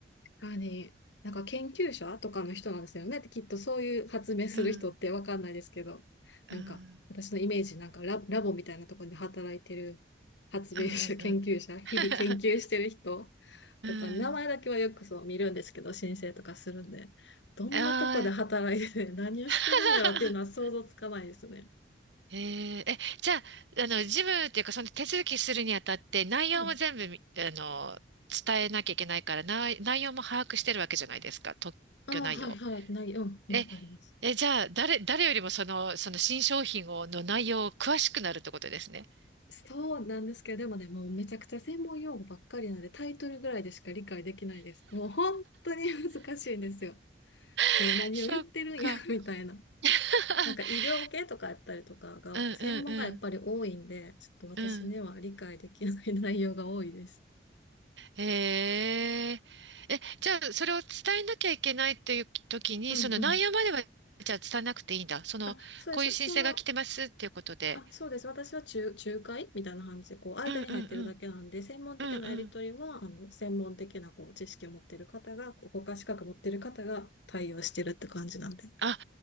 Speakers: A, on the left; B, on the right.
A: かに、なんか研究者とかの人なんですよね。きっとそういう発明する人ってわかんないですけど、
B: うん
A: なんか私のイメージ、
B: うんうん
A: なんかラ、ラボみたいなところで働いてる発明者、
B: うんうんうん。
A: 研究者、日々研究してる人
B: <laughs> うん。
A: とか、名前だけはよくそう見るんですけど、申請とかするんで、どんなとこで働いてて
B: ああ
A: <laughs> 何をしてるんやろっていうのは想像つかないですね。
B: <laughs> えええ、じゃあ、あの、事務っていうか、その手続きするにあたって、内容も全部み、
A: うん。
B: あの、伝えなきゃいけないから、内、内容も把握してるわけじゃないですか、特許内容。
A: ああ、はいはい。ない、うん、うん、
B: え、
A: あります。
B: え、じゃあ、誰、誰よりもその、その新商品を、の内容を詳しくなるってことですね。
A: そうなんですけど、でもね、もうめちゃくちゃ専門用語ばっかりなんで、タイトルぐらいでしか理解できないです。もう本当に難しいんですよ。どう、
B: <laughs>
A: 何を言ってるんや
B: そっか。
A: <laughs> みたいな。
B: <laughs>
A: なんか医療系とかやったりとかが、
B: うんうんうん。
A: 専門がやっぱり多いんで、ちょっと私には理解できない内容が多いです。
B: うん。へえ。え、じゃあ、それを伝えなきゃいけないという時に、
A: うんうん。
B: その内容までは、じゃあ伝えなくていいんだ。その、
A: あ、そうです。
B: こういう申請が来てますっていうことで。
A: その、あ、そうです。私は仲、仲介みたいな感じで、こう、間に入ってるだけなんで、
B: うんうんうん。
A: 専門的なやり取りは、
B: うんうん。
A: あの、専門的な、こう、知識を持ってる方が、こう国家資格持ってる方が対応してるって感じなんで。
B: あ、